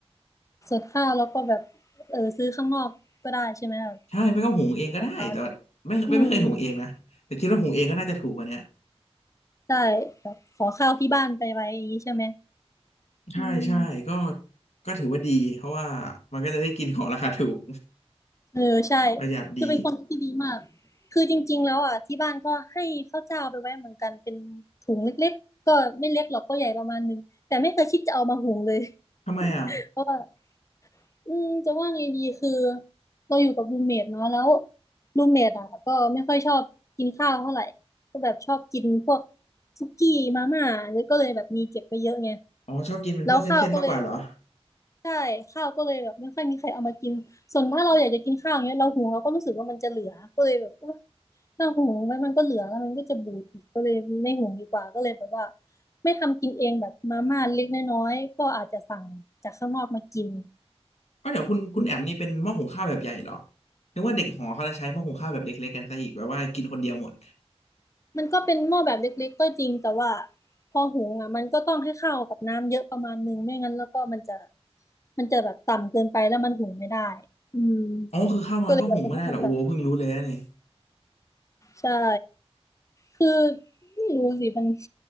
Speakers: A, on the left; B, on the left.
A: ส่วนข้าวแล้วก็แบบเออซื้อข้างนอกก็ได้ใช่ไหมแบ
B: ใช่ไม่ก็หุงเองก็ได้แต่ว่าไม่ไม่ไม่เคยหุงเองนะแต่คิดว่าหุงเองก็น่าจะถูกกว่าเนี้ย
A: บร้านอืมได้แบบขอข้าวที่บ้านไปไว้อย่างนี้ใช่ไหม
B: ใช่ใช่ก็
A: อืม
B: ก็ถือว่าดี เพราะว่ามันก็จะได้กินของราคาถูก
A: เออใช่
B: <laughs> ประหยัดดี
A: คือเป็นความคิดที่ดีมากคือจริงๆแล้วอ่ะที่บ้านก็ให้ข้าวเจ้าไปไว้เหมือนกันเป็นถุงเล็กๆก็ไม่เล็กหรอกก็ใหญ่ประมาณนึงแต่ไม่เคยคิดจะเอามาหุงเลย
B: ทำไมอ่ะ
A: <laughs> เพราะว่าอืมจะว่าไงดีคือเราอยู่กับรูมเมทเนาะแล้วรูมเมทอ่ะก็ไม่ค่อยชอบกินข้าวเท่าไหร่ก็แบบชอบกินพวกสุกี้มาม่าแล้วก็เลยแบบมีเก็บไปเยอะไง
B: อ๋อชอบกินเป็นพวกเส้นๆมากกว่าเหรอ
A: แล้วข้าวก็เลย ใช่ข้าวก็เลยแบบไม่ค่อยมีใครเอามากินส่วนถ้าเราอยากจะกินข้าวอย่างเงี้ยเราหุงเราก็รู้สึกว่ามันจะเหลือก็เลยแบบเออถ้าหุงมันมันก็เหลือแล้วมันก็จะบูดอีกก็เลยไม่หุงดีกว่าก็เลยแบบว่าไม่ทำกินเองแบบมาม่าเล็กน้อยๆก็อาจจะสั่งจากข้างนอกมากิน
B: อ๋อเดี๋ยวคุณคุณแอมนี่เป็นหม้อหุงข้าวแบบใหญ่เหรอ
A: อืม
B: นึกว่าเด็กหอเขาจะใช้หม้อหุงข้าวแบบเล็กๆกันซะอีกแบบว่ากินคนเดียวหมด
A: มันก็เป็นหม้อแบบเล็กๆก็จริงแต่ว่าพอหุงอ่ะมันก็ต้องให้ข้าวกับน้ำเยอะประมาณนึงไม่งั้นแล้วก็มันจะมันจะแบบต่ำเกินไปแล้วมันหุงไม่ได้อืม
B: อ๋อคือข้าวน้อยก็หุงไม่ได้เหรอโอ้เพิ่งรู้เลยนะเนี่ย
A: ก็เลยแบบต้องจำกัดใช่ คือไม่รู้สิมัน